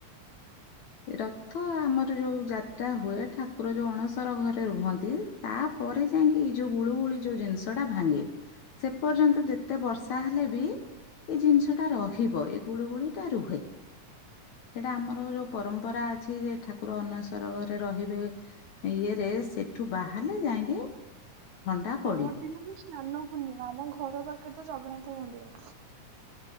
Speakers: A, on the left; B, on the right.
A: ରଥ ଆମର ଯୋଉ ଯାତ୍ରା ହୁଏ ଠାକୁର ଯୋଉ ଅଣସର ଘରେ ରୁହନ୍ତି ତାପରେ ଯାଇକି ଏଇ ଯୋଉ ଗୁଳୁ ଗୁଳି ଯୋଉ ଜିନିଷ ଟା ଭାଙ୍ଗେ। ସେ ପର୍ଯ୍ୟନ୍ତ ଯେତେ ବର୍ଷା ହେଲେ ବି ଏଇ ଜିନିଷ ଟା ରହିବ ଏଇ ଗୁଳୁଗୁଳି ଟା ରୁହେ ଏଇଟା ଆମର ଯୋଉ ପରମ୍ପରା ଅଛି ଯେ ଠାକୁର ଅନୱସ୍ଵର ଘରେ ରହିବେ ଇଏରେ ସେ ଏଠୁ ବାହାରିଲେ ଯାଇକି ଥଣ୍ଡା
B: ପହର
A: ପଡ଼ିବ।
B: ଦିନ ତ ସ୍ନାନ ପୂର୍ଣ୍ଣିମା ଆମ ଘର ପାଖରେ ତ ଜଗନ୍ନାଥ ମନ୍ଦିର